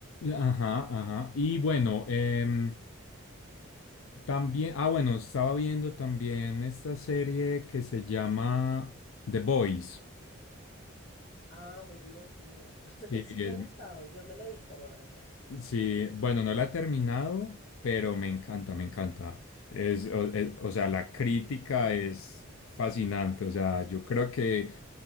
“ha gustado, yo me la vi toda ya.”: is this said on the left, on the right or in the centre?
Left